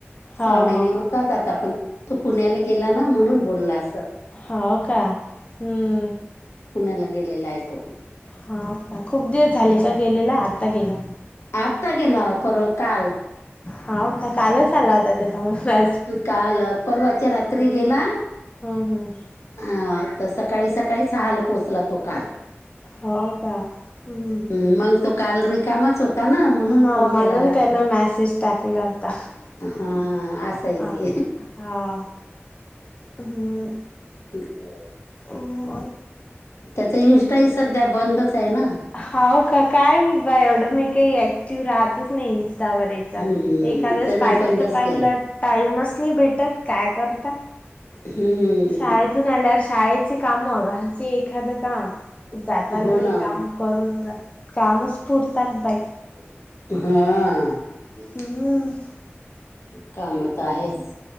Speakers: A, on the left; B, on the left.
A: हो
B: सहा महिने
A: हो
B: त्यात आता पण तो पुण्याला गेला ना म्हणून बोलला असलं.
A: हाव का हम्
B: पुण्याला गेलेलायतो
A: हां खूप दिवस झाले का गेलेला आत्ता गेला?
B: आत्ता गेला पर परवा काल
A: हाव का कालच आला होता त्याचा मला
B: काल परवाच्या रात्री गेला
A: हम् हम्
B: हा तर सकाळी सकाळीच हहाल पोचला तो काल
A: हो का हं
B: ह् मंग तो काल रिकामच होता ता ना म्हणून
A: हां
B: फोन
A: म्हणून
B: केला
A: त्यानं मॅसेज टाकला होता
B: हा असं य
A: हां
B: ते
A: हां हम
B: हा
A: हम्
B: त्याचा इंस्टा ह सध्या बंदच आहे ना
A: होा का काय म बा एवढं मी काही ऍक्टिव राहतच नाही इंस्टावर याच
B: हम्म
A: एखादेस
B: त्यांनी
A: पाहिलं
B: बंदच
A: तर पाहिलं
B: केला
A: टाईमच नाही भेटत काय करता
B: हम्म
A: शाळेतून आल्या शाळेचे काम घरचे एखादं काम जाताना
B: हो ना
A: काम करून ज कामच पुरतात बाई
B: हा
A: हम्म
B: कामत आहेच